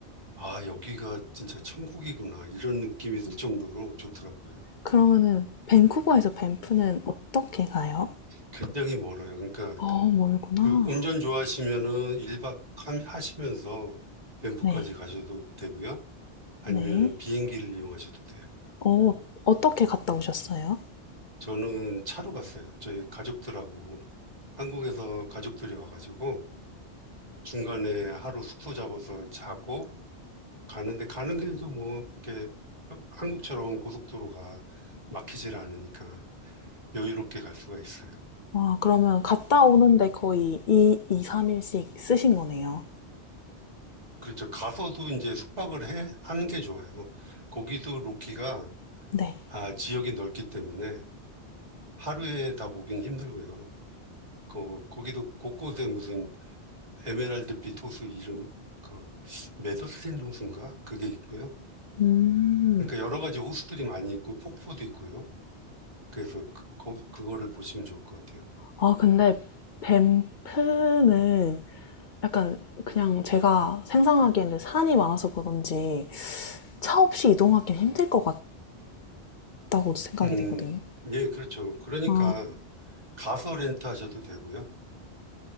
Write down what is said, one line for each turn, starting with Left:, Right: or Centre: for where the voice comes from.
Right: 아, 여기가 진짜 천국이구나 이런 느낌이 들 정도로 좋더라고요.
Left: 그러면은 밴쿠버에서 밴프는 어떻게 가요?
Right: 굉장히 멀어요. 그러니까
Left: 어, 멀구나.
Right: 그 운전 좋아하시면은 1박 하시면서 뱀프까지
Left: 네.
Right: 가셔도 되고요. 아니면은
Left: 네.
Right: 비행기를 이용하셔도 돼요.
Left: 어, 어떻게 갔다 오셨어요?
Right: 저는 차로 갔어요. 저희 가족들하고 한국에서 가족들이 와가지고 중간에 하루 숙소 잡아서 자고 가는데 가는 길도 뭐 그렇게 한국처럼 고속도로가 막히질 않으니까 여유롭게 갈 수가 있어요.
Left: 와, 그러면 갔다 오는데 거의 2, 이 3일씩 쓰신 거네요.
Right: 그렇죠. 가서도 이제 숙박을 해, 하는 게 좋아요. 거기도 로키가
Left: 네.
Right: 아, 지역이 넓기 때문에 하루에 다 보긴 힘들고요. 거, 거기도 곳곳에 무슨 에메랄드빛 호수 이름, 그, 메더스틴 호수인가? 그게 있고요.
Left: 음.
Right: 그러니까 여러 가지 호수들이 많이 있고 폭포도 있고요. 그래서 그, 거, 그거를 보시면 좋을 것 같아요.
Left: 아, 근데 밴프는 약간 그냥 제가 생각하기에는 산이 많아서 그런지 차 없이 이동하기는 힘들 것 같다고 생각이
Right: 음,
Left: 되거든요.
Right: 예, 그렇죠. 그러니까
Left: 아,
Right: 가서 렌트 하셔도 되고요.